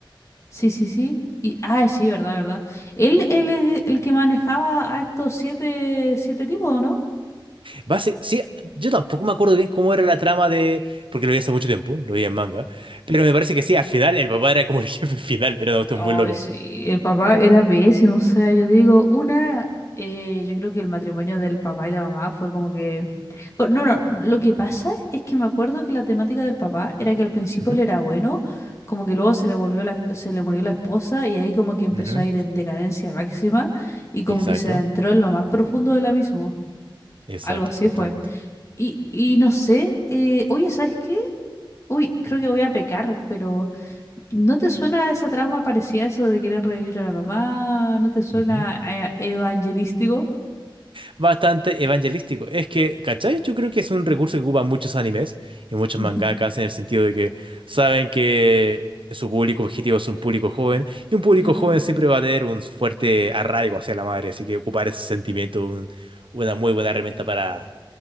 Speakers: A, on the left; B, on the right.
A: Sí, sí, sí. Y, ah, sí, verdad, verdad. Él, él es el que manejaba a estos siete, siete tipos, ¿no?
B: Basi- sí, yo tampoco me acuerdo bien cómo era la trama de... Porque lo vi hace mucho tiempo, lo vi en manga. Pero me parece que sí, al final el papá era como el <laughs> jefe final, era una cuestión
A: Ay,
B: muy loca.
A: sí, el papá era pésimo, o sea, yo digo, una, eh, yo creo que el matrimonio del papá y la mamá fue como que... Pero no, no, lo que pasa es que me acuerdo que la temática del papá era que al principio
B: Ujú,
A: él era bueno, como que luego se le volvió la, se le murió la esposa y ahí como que empezó
B: ujú.
A: a ir en decadencia máxima y como
B: Exacto,
A: que se adentró en lo más profundo de la abismo,
B: exacto,
A: algo así
B: justamente.
A: fue. Y, y no sé, eh, oye, ¿sabes qué? Uy, creo que voy a pecar, pero... ¿No te suena esa trama parecida a eso de querer revivir a la mamá? ¿No te suena
B: Ujú.
A: eh, evangelístico?
B: Bastante evangelístico. Es que, ¿cachai? Yo creo que es un recurso que ocupan muchos animes y muchos
A: Ujú,
B: mangakas en el sentido de que saben que su público objetivo es un público joven y un público
A: ujú.
B: joven siempre va a tener un fuerte arraigo hacia la madre, así que ocupar ese sentimiento, un- una muy buena herramienta para